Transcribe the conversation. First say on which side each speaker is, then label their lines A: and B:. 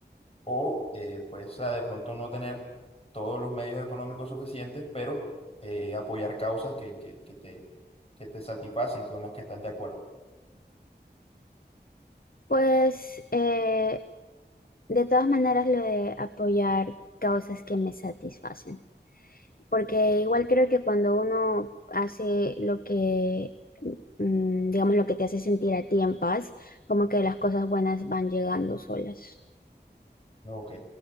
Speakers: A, on the left (about 35°); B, on the left (about 55°).
A: o eh, pues o de pronto no tener todos los medios económicos suficientes, pero eh, apoyar causas que, que, que te, que te satisfacen, con las que estás de acuerdo.
B: Pues eh, de todas maneras lo de apoyar causas que me satisfacen, porque igual creo que cuando uno hace lo que, mm, digamos, lo que te hace sentir a ti en paz, como que las cosas buenas van llegando solas.
A: Ok,